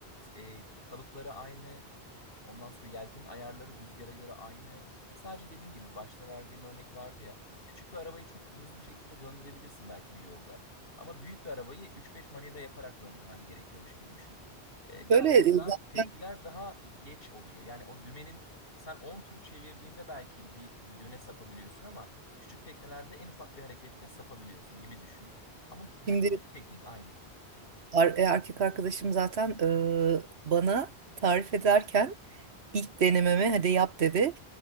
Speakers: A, on the left; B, on the right.
A: e, kalıpları aynı, Ondan sonra yelkenin ayarları rüzgara göre aynı. Sadece dediğim gibi başta verdiğim örnek vardı ya. Küçük bir arabayı çok hızlı bir şekilde döndürebilirsin belki bir yolda. Ama büyük bir arabayı 3-5 manevra yaparak döndürmen gerekiyormuş gibi düşün. Ee, birazcık
B: Böyle e, zaten
A: daha tepkiler daha geç oluyor. Yani o dümenin sen 10 tur çevirdiğinde belki bir yöne sapabiliyorsun ama küçük teknelerde en ufak bir harekette sapabiliyorsun gibi düşün. Ama he-
B: şimdi
A: bütün teknik aynı.
B: Ar- e, erkek arkadaşım zaten e, bana tarif ederken ilk denememe hadi yap dedi.